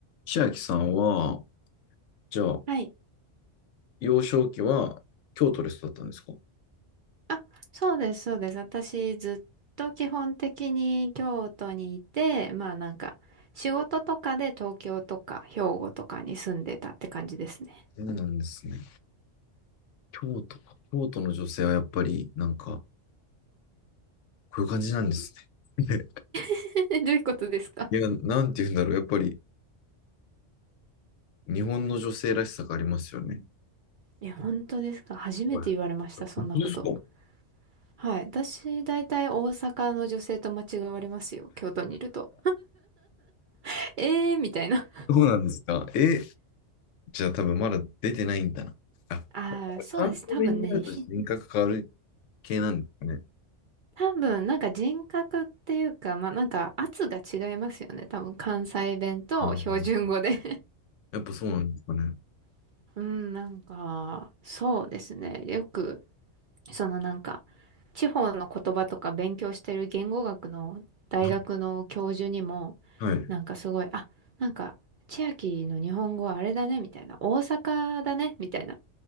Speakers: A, on the left (about 80°); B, on the right (about 55°).
A: 千秋さんは、じゃあ、
B: はい。
A: 幼少期は京都で育ったんですか
B: あ、そうです、そうです。私、ずっと基本的に京都にいて、まあなんか、仕事とかで東京とか兵庫とかに住んでたって感じですね。
A: そうなんですね。京都か、京都の女性はやっぱり、なんか、こういう感じなんですね。
B: <laughs> どういうことですか
A: <laughs> いや、なんて言うんだろう。やっぱり、日本の女性らしさがありますよね。
B: いや、本当ですか初めて言われました、
A: はい本当ですか
B: そんなこと。はい。私、大体大阪の女性と間違われますよ、京都にいると。<laughs> えーみたいな。
A: そうなんですか。え、じゃあ多分まだ出てないんだな。あ、
B: ああ、そうです。
A: 関西弁になると人格変わる
B: 多分ね、ひ
A: 系なんですかね。
B: 多分、なんか人格っていうか、まあなんか圧が違いますよね。多分関西弁と標準語で
A: あーやっぱそうなんですかね。
B: <laughs> うん、なんか、そうですね。よく、そのなんか、地方の言葉とか勉強してる言語学の大学の教授にも、
A: なはい。
B: なんかすごい、あ、なんか、千秋の日本語はあれだね、みたいな。大阪だね、みたいな。